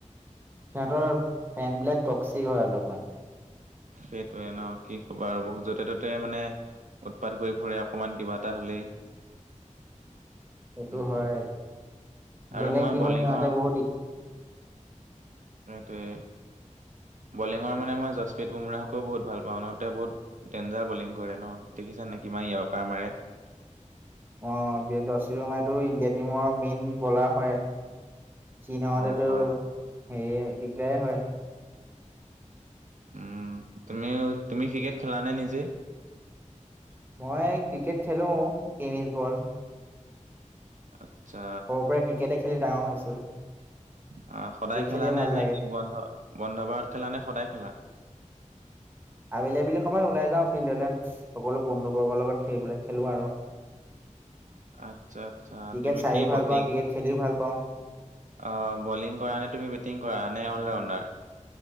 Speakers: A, on the right; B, on the right.
A: সিহঁতৰ ফেন বিলাক টক্সিক হয় অলপমান।
B: সেইটোৱেই ন কি ক'বা আৰু বহুত য'তে ত'তে মানে উৎপাত কৰি ফুৰে অকমান কিবা এটা হলেই।
A: সেইটো
B: উম,
A: হয়,
B: আৰু
A: বেলেগ
B: মই
A: টিমত
B: বলিঙৰ
A: সিহঁতে বহুত ই
B: সেইটোৱে, বলিঙৰ মানে মই জাস্প্ৰীত বুমৰাহকো বহুত ভাল পাওঁ ন, তেওঁ বহুত ডেঞ্জাৰ বলিং কৰে ন, দেখিছান নে কিমান ইয়কাৰ মাৰে?
A: অ জাস্প্ৰীত বুমৰাহটো ইণ্ডিয়া টিমৰ মেইন বলাৰ হয়। সি নহলেতো
B: হয়, হয়।
A: হেৰি এ দিগদাৰে হয়।
B: উম, তুমিও তুমি ক্ৰিকেট খেলানে নিজেই?
A: মই ক্ৰিকেট খেলো টেনিছ বল।
B: আত্ছা।
A: সৰুৰ পৰা ক্ৰিকেটে খেলি ডাঙৰ হৈছো।
B: অ সদায়
A: ক্ৰিকেট
B: খেলা
A: খেলিয়ে
B: নে
A: ভাল
B: নে,
A: লাগে
B: কি বন্ধ বন্ধ বাৰত খেলা নে সদায় খেলা?
A: আবেলি-আবেলি সময়ত ওলাই যাওঁ ফিল্ডলে, সকলো বন্ধু বৰ্গৰ লগত খেলিবলৈ খেলো আৰু।
B: আত্ছা-আত্ছা,
A: ক্ৰিকেট
B: তুমি
A: চাইও
B: কি বটিং
A: ভাল পাওঁ ক্ৰিকেট খেলিও ভাল পাওঁ।
B: অ বলিং কৰা নে, তুমি বেটিং কৰা নে অল ৰাউণ্ডাৰ?